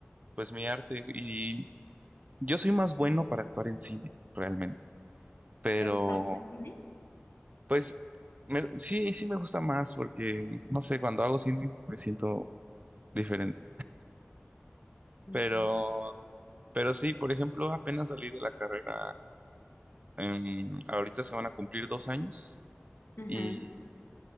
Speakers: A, on the right; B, on the left.
A: pues mi arte y yo soy más bueno para actuar en cine realmente, pero
B: ¿Te gusta más el cine?
A: pues me- sí, sí me gusta más porque no sé, cuando hago cine me siento diferente,
B: Mm,
A: pero Pero sí, por ejemplo, apenas salí de la carrera, em, ahorita se van a cumplir dos años
B: Ujú,
A: y,